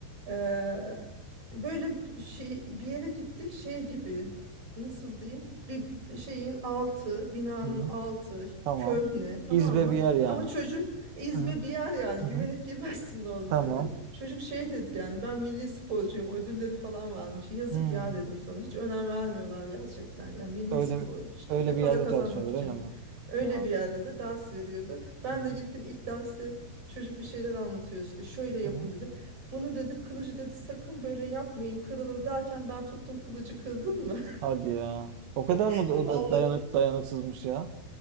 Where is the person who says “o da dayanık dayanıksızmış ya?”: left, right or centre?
Right